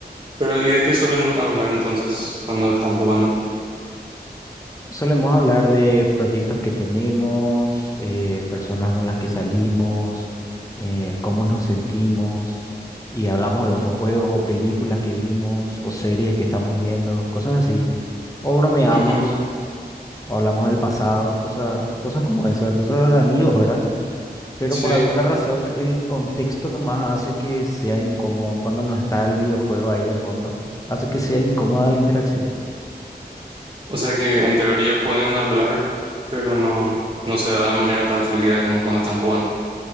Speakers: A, on the right (about 30°); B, on the left (about 20°).
A: Pero, ¿y de qué suelen hablar entonces cuando están jugando?
B: Solemos hablar de proyectos que tenemos, eh, personas con las que salimos, eh, cómo nos sentimos, y hablamos de otros juegos o películas que vimos o series que estamos viendo, cosas así. O bromeamos.
A: Ujú,
B: O hablamos del pasado, cosas, cosas como esas, cosas de amigos, ¿verdad? Pero
A: sí.
B: por alguna razón el contexto nomás hace que sea incómodo cuando no está el videojuego ahí de fondo, hace que sea incómoda la interacción.
A: O sea que en teoría pueden hablar, pero no, no se da de manera tan fluida como cuando están jugando.